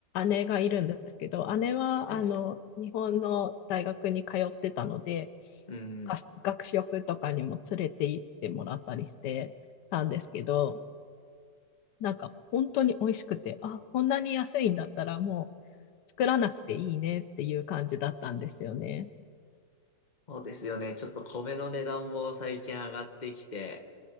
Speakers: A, on the left; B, on the left.
A: 姉がいるんですけど、姉はあの、
B: はいはい。
A: 日本の大学に通ってたので、
B: うん。
A: が学食とかにも連れて行ってもらったりしてたんですけど、なんか本当に美味しくて、あ、こんなに安いんだったらもう作らなくていいねっていう感じだったんですよね。
B: そうですよね。ちょっと米の値段も最近上がってきて、